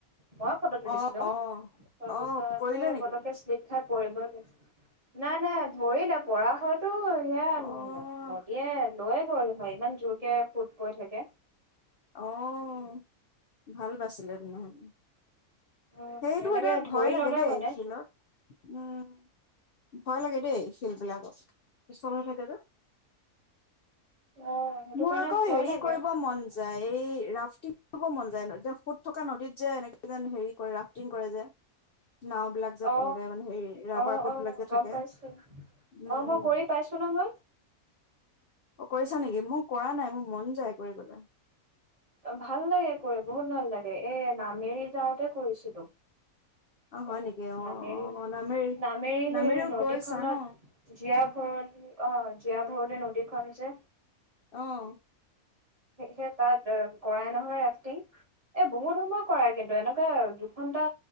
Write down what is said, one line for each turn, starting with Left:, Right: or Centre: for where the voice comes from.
Right: মই ফটো তুলিছিলো
Left: অ', অ',
Right: তাৰ
Left: অ',
Right: পিছত
Left: পৰিলে
Right: সেই
Left: নেকি?
Right: পটকে শ্লেপ খাই <unintelligible> নাই নাই ধৰিলে পৰা হৈ টো সয়া
Left: অ',
Right: নদীয়ে লৈয়ে গ'ল হয় ইমান জোৰকে সুত বৈ থাকে
Left: অহ' ভাল বাছিলে তেনে হ'লে।
Right: উম
Left: সেইটো
Right: এনেকে
Left: এটা ভয়
Right: ধৰি
Left: লাগে
Right: ললে
Left: দেই
Right: মানে
Left: শিলত উম ভয় লাগে দেই শিলবিলাকত পিচল হৈ থাকে যে
Right: অ সেইটো
Left: মোৰ
Right: কাৰণে
Left: আকৌ
Right: ভয়
Left: হেৰি
Right: লাগে
Left: কৰিব মন যায় এই ৰাফটিং কৰিব মন যায় যে সুত থকা নদীত যে এনেকে যেন হেৰি কৰে ৰাফটিং কৰে যে নাওঁ বিলাক যে
Right: অ
Left: মানে হেৰি ৰাবাৰ
Right: অ
Left: ব্ৰট
Right: অ
Left: বিলাক যে
Right: গম
Left: থাকে।
Right: পাইছো
Left: উম।
Right: অ মই কৰি পাইছো নহয়
Left: অ কৰিছা নিকি মই কৰা নাই মোৰ মন যায় কৰিবলে
Right: ভাল লাগে কৰি বহুত ভাল লাগে এই নামেৰি যাওঁতে কৰিছিলো
Left: হয়
Right: অ'
Left: নেকি? অ',
Right: নামেৰি
Left: অ', নামেৰি
Right: নামেৰি
Left: নামেৰিও
Right: সেই নদীখনত
Left: গৈছা ন?
Right: জীয়া ভৰলি অ জীয়া ভৰলি নদীখন যে
Left: অহ
Right: সেই সেহে তাত কৰাই নহয় ৰাফটিং। এ বহুত সময় কৰাই কিন্তু এনেকুৱা দুঘন্টা